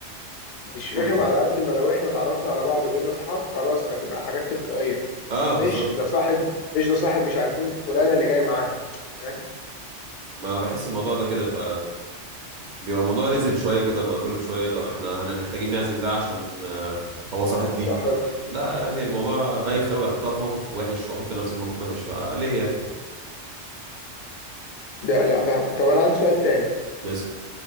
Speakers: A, on the left (about 60°); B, on the right (about 50°).
A: مش
B: قولوا
A: رخم على قد ما لو احنا اتعرفنا على بعض بقينا اصحاب خلاص هتبقى حاجات تلقائية
B: اه بالظبط
A: مش ده صاحب مش ده صاحب مش عارف مين فلانة اللي جاي معاها فاهم
B: ما بحس الموضوع ده كده ف بيبقى الموضوع رزل شويه كده لما كل شويه طب احنا هن محتاجين نعزم ده عشان آه، هو صاحب دي
A: صاحب
B: ف لا يعني
A: مم.
B: الموضوع بايخ قوي احطها في موقف وحش واحط نفسي في موقف وحش فليه يعني
A: لا لا فاهمك طب انا عندي سؤال تاني
B: مثلا